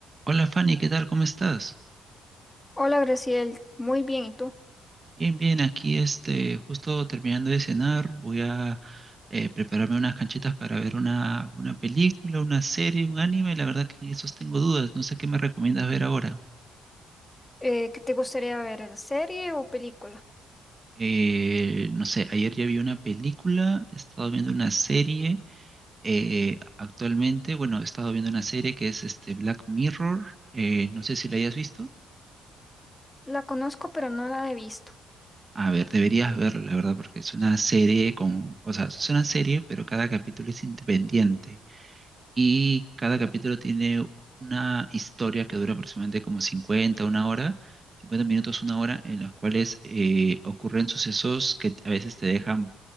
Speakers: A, on the right; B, on the left.
A: Hola Fanny, ¿qué tal? ¿Cómo estás?
B: Hola Graciel, muy bien, ¿y tú?
A: Bien, bien, aquí este, justo terminando de cenar, voy a eh, prepararme unas canchitas para ver una, una película, una serie, un anime, la verdad que en esos tengo dudas, no sé qué me recomiendas ver ahora.
B: Eh, ¿qué te gustaría ver, serie o película?
A: Eh, no sé, ayer ya vi una película, he estado viendo una serie, eh, actualmente, bueno, he estado viendo una serie que es este Black Mirror, eh, no sé si la hayas visto.
B: La conozco, pero no la he visto.
A: A ver, deberías verlo, la verdad, porque es una serie con, o sea, es una serie, pero cada capítulo es independiente y cada capítulo tiene una historia que dura aproximadamente como 50, una hora, 50 minutos, una hora, en las cuales eh, ocurren sucesos que a veces te dejan